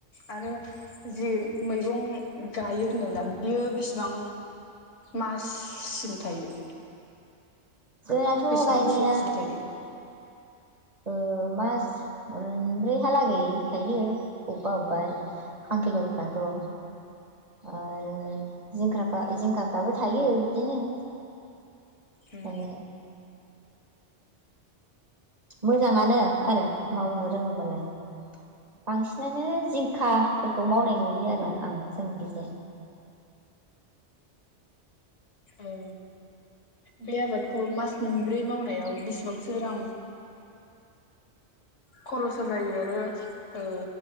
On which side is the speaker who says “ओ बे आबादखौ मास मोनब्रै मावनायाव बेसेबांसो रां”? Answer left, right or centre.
Left